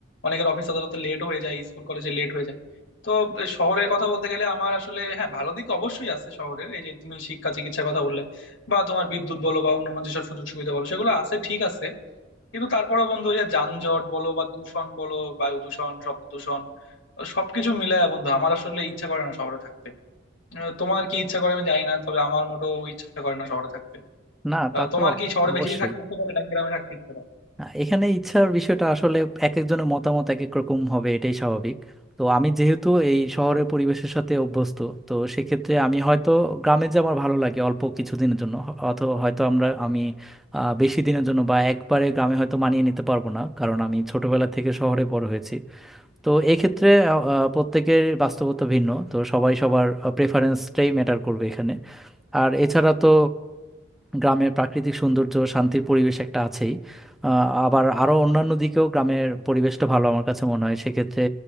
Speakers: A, on the left; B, in the centre.
A: অনেকের অফিস আদালতে লেট হয়ে যায় স্কুল কলেজে লেট হয়ে যায় তো এ, শহরের কথা বলতে গেলে আমার আসলে হ্যাঁ ভালো দিক অবশ্যই আছে শহরের এই যে তুমি শিক্ষা চিকিৎসার কথা বললে বা তোমার বিদ্যুৎ বলো বা অন্যান্য যেসব সুযোগ সুবিধা বলো সেগুলো আছে ঠিক আছে কিন্তু তারপরে বন্ধু ওই যে যানজট বলো বা দূষণ বলো বায়ু দূষণ শব্দ দূষণ সবকিছু মিলায় বন্ধু আমার আসলে ইচ্ছা করে না শহরে থাকতে আহ, তোমার কি ইচ্ছা করে আমি জানি না তবে আমার মোটেও ইচ্ছা করে না শহরে থাকতে
B: না
A: আহ,
B: তা
A: তোমার
B: তো
A: কি শহরে
B: অবশ্যই
A: বেশি থাকতে ইচ্ছা করে না গ্রামে থাকতে ইচ্ছা করে
B: আহ, এখানে ইচ্ছার বিষয়টা আসলে এক একজনের মতামত এক এক রকম হবে এটাই স্বাভাবিক তো আমি যেহেতু এই শহরের পরিবেশের সাথে অভ্যস্ত তো সেক্ষেত্রে আমি হয়তো গ্রামে যে আমার ভালো লাগে অল্প কিছুদিনের জন্য হ- অথবা হয়তো আমরা আমি আহ, বেশি দিনের জন্য বা একবারে গ্রামে হয়তো মানিয়ে নিতে পারবো না কারণ আমি ছোটবেলা থেকে শহরে বড় হয়েছি তো এক্ষেত্রে আহ, আহ, প্রত্যেকের বাস্তবতা ভিন্ন তো সবাই সবার প্রেফারেন্সটাই ম্যাটার করবে এখানে আর এছাড়া তো গ্রামের প্রাকৃতিক সৌন্দর্য শান্তির পরিবেশ একটা আছেই আহ, আবার আরো অন্যান্য দিকেও গ্রামের পরিবেশটা ভালো আমার কাছে মনে হয় সেক্ষেত্রে